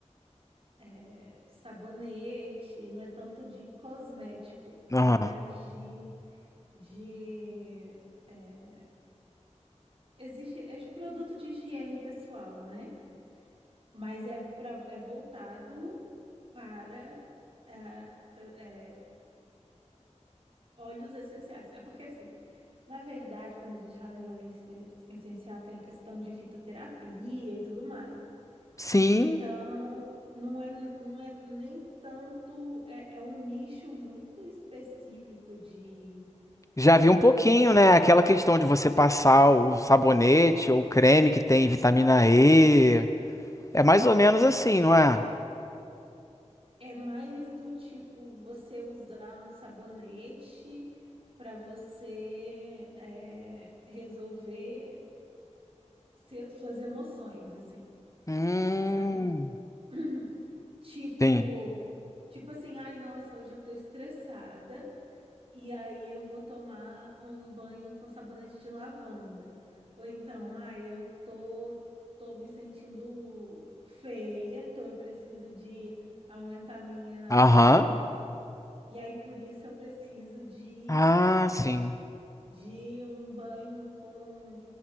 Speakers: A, on the right; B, on the left.
A: é sabonete, não é tanto de cosmético,
B: Aham.
A: é mais de, de, é, existe, é de produto de higiene pessoal, né? Mas é, pra, é voltado para ah, eh, eh, óleos essenciais. É porque, assim, na verdade, quando a gente fala em óleo essen- essencial, tem a questão de fitoterapia e tudo mais.
B: Sim,
A: Então, não é, não é nem tanto. É, é um nicho muito específico de,
B: já vi
A: de.
B: um pouquinho, né? Aquela questão de você passar o sabonete ou creme que tem vitamina E. É mais ou menos assim, não é?
A: É mais do tipo você usar um sabonete para você eh, resolver. se- suas emoções, assim,
B: Hum,
A: sabe? <clears throat> Tipo,
B: sim.
A: tipo assim, ai, nossa, hoje eu tô estressada e aí eu vou tomar um banho com sabonete de lavanda. Ou então, ai, eu tô, tô me sentindo feia, então eu preciso de aumentar minha autoestima.
B: Aham.
A: E aí por isso eu preciso de
B: Ah, sim.
A: de um banho com